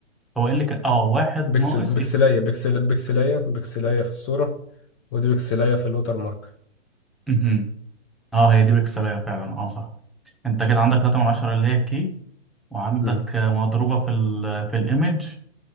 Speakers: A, in the centre; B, on the left.
A: هو قال لك اه واحد
B: بيكسل
A: ناقص
B: بيكسلاية بيكسل بيكسلاية بيكسلاية في الصورة ودي بيكسلاية في الوتر مارك
A: ايه اه هي دي بيكسلية فعلا اه صح انت كده عندك 3 من 10 اللي هي الكي وعندك
B: مم.
A: آه، مضروبة في ال في الايمج